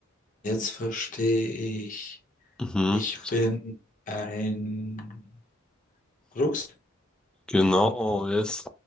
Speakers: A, on the left; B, in the centre.
A: jetzt verstehe ich.
B: Mhm,
A: Ich bin ein Rucksack.
B: genau, yes.